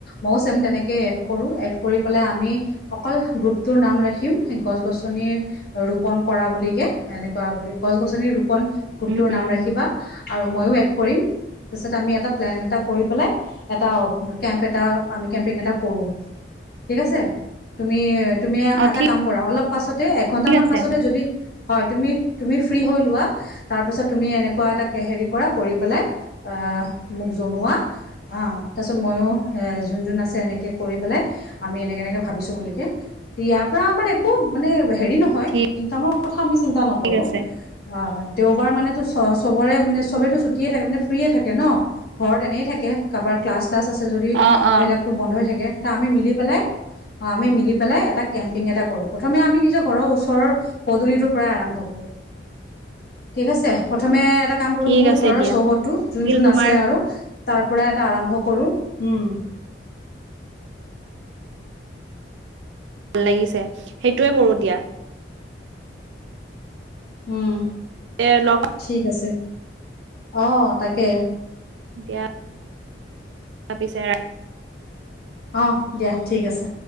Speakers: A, on the left; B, on the right.
A: মইও চেম তেনে কে এড কৰোঁ এড কৰি পেলাই আমি অকল গ্ৰুপটোৰ নাম ৰাখিম গছ-গছনি ৰোপন কৰা বুলিকে এনেকুৱা গছ-গছনি ৰোপন গ্ৰুপটোৰ
B: উম উম
A: নাম ৰাখিবা আৰু মইও এড কৰিম। তাৰপিছত আমি এটা প্লেন এটা কৰি পেলাই এটা কেম্প এটা আমি কেম্পিং এটা কৰোঁ। ঠিক আছে তুমি তুমি
B: অ
A: এটা
B: ঠিক
A: কাম কৰা অলপ পাছতে এক ঘন্টামান
B: ঠিক আছে
A: পাছতে যদি হয় তুমি তুমি ফ্ৰ্ৰী হৈ লোৱা তাৰ পাছত তুমি এনেকুৱা এটা হেৰি কৰা কৰি পেলাই আ মোক জনোৱা অ তাৰপিছত মইও যোন যোন আছে এনেকে কৰি পেলাই আমি এনেক এনেকে ভাবিছোঁ বুলিকে, ইয়াৰ পৰা আমাৰ একো মানে হেৰি নহয়
B: ঠিক
A: ইনকামৰ কথা আমি চিন্তা নকৰোঁ।
B: আছে
A: আ দেওবাৰ মানেটো চ বৰে মানে চবেইতো ছুটিয়ে থাকে মানে ফ্ৰিয়ে থাকে ন ঘৰত এনেই থাকে কাৰোবাৰ ক্লাছ ক্লাছ আছে যদি
B: অ অ
A: সেইবিলাকটো বন্ধৱে থাকে, তা আমি মিলি পেলাই আমি মিলি পেলাই এটা কেম্পিং এটা কৰোঁ। প্ৰথমে আমি নিজৰ ঘৰৰ ওচৰৰ পদূলিটোৰ পৰাই আৰম্ভ কৰোঁ।
B: <inaudible>
A: ঠিক আছে প্ৰথমে এটা কাম কৰোঁ
B: ঠিক
A: মোৰ
B: আছে
A: ঘৰৰ
B: দিয়া
A: চৌহদটো যোন
B: লাগিল
A: যোন
B: তোমাৰ
A: আছে আৰু তাৰ পৰা এটা আৰম্ভ কৰোঁ উম।
B: ভাল লাগিছে সেইটোৱে কৰোঁ দিয়া।
A: উম
B: এ লগ
A: ঠিক আছে অ' তাকে।
B: দিয়া। তাৰ পিছে
A: অ' দিয়া ঠিক আছে।